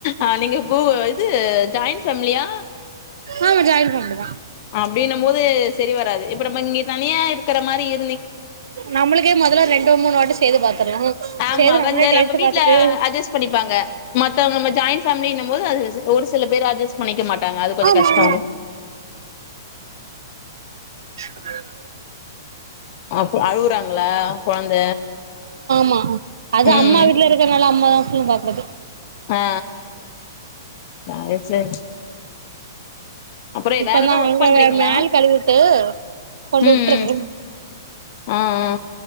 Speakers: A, on the left; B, on the right.
A: ஆ நீங்க கூ இது ஜாயிண்ட் ஃபேமிலியா
B: ஆமா ஜாயிண்ட் ஃபேமிலிதா
A: அப்டின்னும்போது செரி வராது இப்ப நம்ம இங்க தனியா இருக்கற மாரி இ
B: நம்மளுக்கே மொதல்ல ரெண்டு மூணு வாட்டி செய்து பாத்துர்லா
A: ஆமா
B: செய்து நம்மளே
A: கொஞ்சோ
B: டேஸ்ட்
A: நம்ப வீட்ல
B: பாத்துட்டு
A: அட்ஜஸ் பண்ணிப்பாங்க மத்தவங்க நம்ம ஜாயின் ஃபேமிலின்னும் போது அது ஒரு சில பேரு அட்ஜஸ்ட் பண்ணிக்க மாட்டாங்க அது கொஞ்ச
B: ஆமா
A: கஷ்டோ
B: ஆமா <inaudible>
A: அப் அழுவுறாங்களா கொழந்த
B: ஆ ஆ அது
A: ம்
B: அம்மா வீட்ல இருக்கறனால அம் லாஸ்ட்ல பாக்கறது
A: ஆ ஆ சரி சரி அப்புறோ
B: இப்பந்தா
A: வேற ஏதோ
B: அங்க
A: ஒர்க் பண்றீங்களா
B: மேல் கழுவிவுட்டு கொண்டு
A: ம்
B: விட்ருவே
A: ம் ஆ ஆ